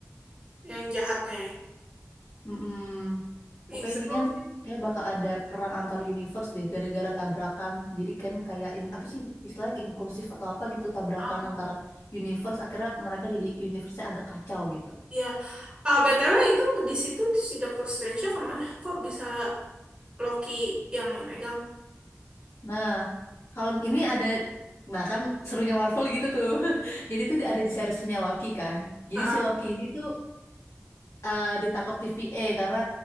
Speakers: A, on the right (about 20°); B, on the left (about 75°).
A: yang jahatnya.
B: Mm-mm. Pokoknya
A: Ih seru
B: intinya
A: sih.
B: kayak bakal ada perang antar universe deh gara-gara tabrakan. Jadi kan kayak in- apa sih istilahnya inkursif atau apa gitu tabrakan
A: Ah
B: antara universe akhirnya mereka jadi universe-nya agak kacau gitu.
A: iya. Ah BTW itu di situ si Doctor Strange kemana? Kok bisa Loki yang megang?
B: Nah, kalau ini ada nah kan serunya Marvel gitu tuh. <laughs> Jadi tuh ada di seriesnya Loki kan. Jadi
A: Heeh.
B: si Loki ini tuh eh, ditangkap TVA karena